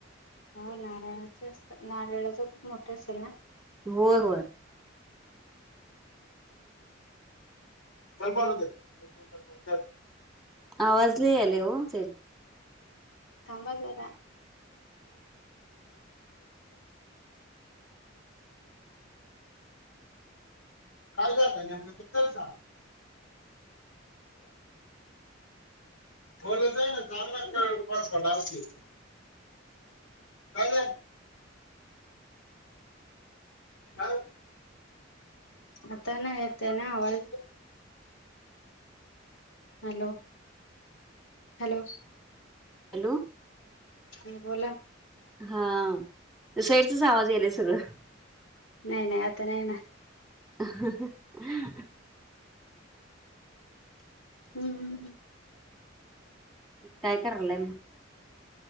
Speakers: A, on the left; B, in the centre.
A: हो नारळाच असत नारळाच खूप मोठा असेल ना
B: होय होय
A: हहह
B: आवाज आवाज लय आल्यावर यांचे
A: थांबा जरा काय झालं नेमकं काय झालं. बोलत जा काय ग काय आता नाही येत ना आवाज हॅलो हॅलो
B: हॅलो
A: ह बोला
B: हा साईटचाआवाज येलाय सगळं
A: नाही नाही आता नाही ना
B: हहह
A: हम्म हम्म
B: काय करताय